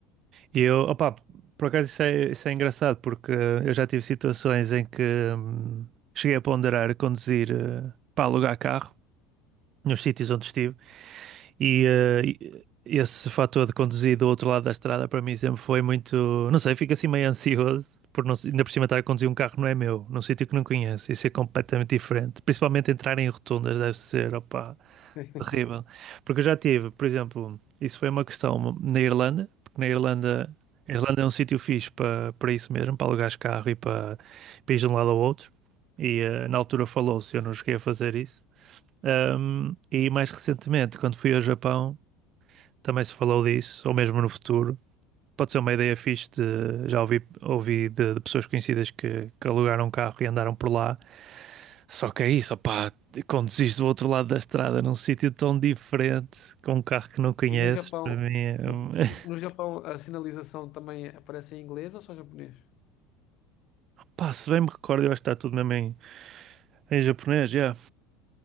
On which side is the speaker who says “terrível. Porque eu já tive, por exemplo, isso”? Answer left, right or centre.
Right